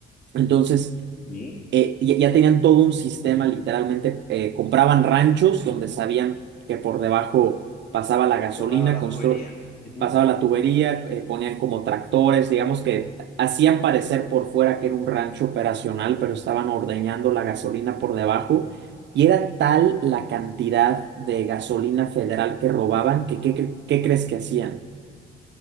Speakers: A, on the right; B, on the left.
A: Entonces,
B: sí,
A: eh, ya, ya tenían todo un sistema, literalmente eh, compraban ranchos donde sabían que por debajo pasaba la gasolina,
B: pasaba la tubería.
A: constru-
B: ujú.
A: pasaba la tubería, eh, ponían como tractores, digamos que hacían parecer por fuera que era un rancho operacional, pero estaban ordeñando la gasolina por debajo. Y era tal la cantidad de gasolina federal que robaban que, ¿qué, cre- qué crees que hacían?